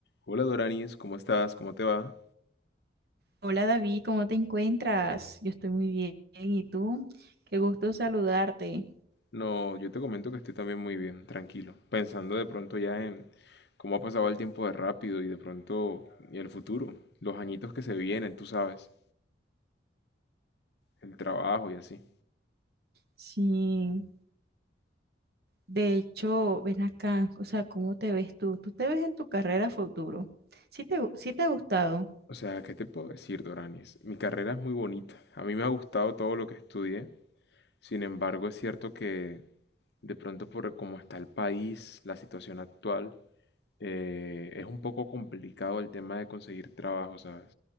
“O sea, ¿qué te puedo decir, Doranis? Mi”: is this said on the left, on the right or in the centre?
Left